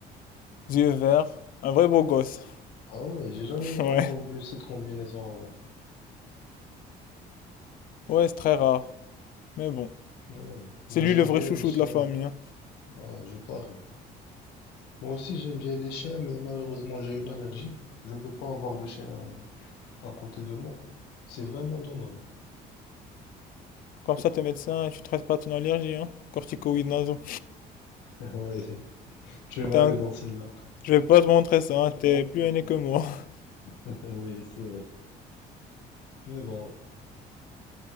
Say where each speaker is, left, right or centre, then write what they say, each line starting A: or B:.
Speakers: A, on the left; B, on the left.
A: yeux verts, un vrai beau gosse.
B: Ah ouais, j'ai jamais
A: <laughs> Ouais,
B: entendu cette combinaison avant.
A: ouais, c'est très rare. Mais bon,
B: Ouais.
A: c'est
B: Moi
A: lui
B: j'aime
A: le vrai
B: bien
A: chouchou
B: les chiens,
A: de la famille. hein.
B: Ah, je parie. Moi aussi j'aime bien les chiens, mais malheureusement j'ai une allergie. Je peux pas avoir de chien à, à côté de moi. C'est vraiment dommage.
A: Comme ça, t'es médecin, tu traites pas ton allergie, hein? Corticoïdes nasaux.
B: <laughs> Oui, tu m'as
A: T'es un-
B: eu dans celle-là.
A: Je vais pas te montrer ça, hein, T'es plus aîné que moi. <laughs>
B: <laughs> Oui, c'est vrai. Mais bon.